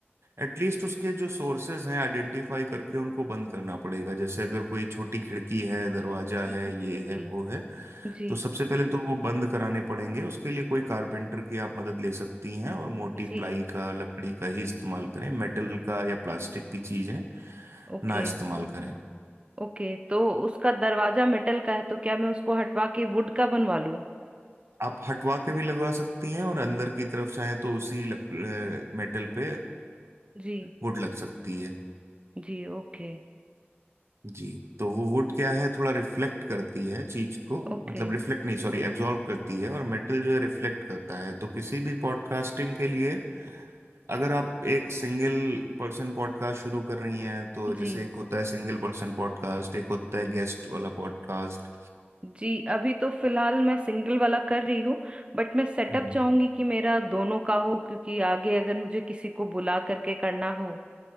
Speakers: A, on the right; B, on the right.
A: एटलीस्ट उसके जो सोर्सेज हैं आइडेंटिफाई करके उनको बंद करना पड़ेगा जैसे अगर कोई छोटी खिड़की है दरवाजा
B: जी
A: है ये
B: जी
A: है वो है
B: जी
A: तो सबसे पहले तो वो बंद कराने पड़ेंगे उसके लिए कोई कारपेंटर की आप मदद ले सकती हैं और मोटी
B: जी
A: प्लाई का लकड़ी का ही इस्तेमाल करें मेटल का या प्लास्टिक की चीज़ें
B: ओके
A: ना इस्तेमाल करें
B: ओके तो उसका दरवाजा मेटल का है तो क्या मैं उसको हटवा के वुड का बनवा लूं
A: आप हटवा के भी लगवा सकती हैं और अंदर की तरफ चाहे तो उसी लक, मेटल पे
B: जी
A: वुड लग सकती है
B: जी ओके
A: जी तो वो वुड क्या है थोड़ा रिफ्लेक्ट करती है चीज को
B: ओके
A: मतलब रिफ्लेक्ट नहीं सॉरी एब्जॉर्ब करती है और मेटल जो है रिफ्लेक्ट करता है तो किसी भी पॉडकास्टिंग के लिए अगर आप एक सिंगल पर्सन पॉडकास्ट शुरू कर रही हैं तो जैसे
B: जी
A: एक होता है सिंगल पर्सन पॉडकास्ट एक होता है गेस्ट वाला पॉडकास्ट
B: जी अभी तो फिलहाल मैं सिंगल वाला कर रही हूँ बट मैं सेटअप
A: हम्म
B: चाहूंगी कि मेरा दोनों का हो क्योंकि आगे अगर मुझे किसी को बुला करके करना हो